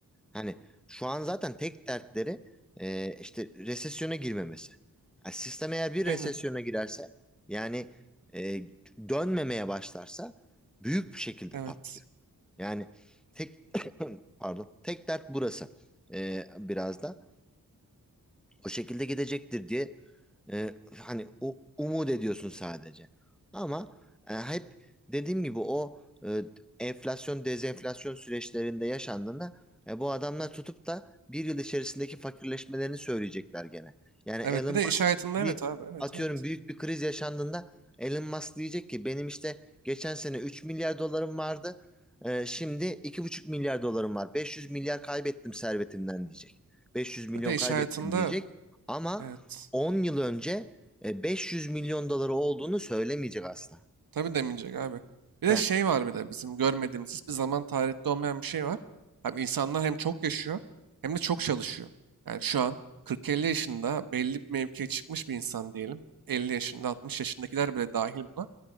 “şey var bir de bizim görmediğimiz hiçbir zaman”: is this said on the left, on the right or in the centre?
Right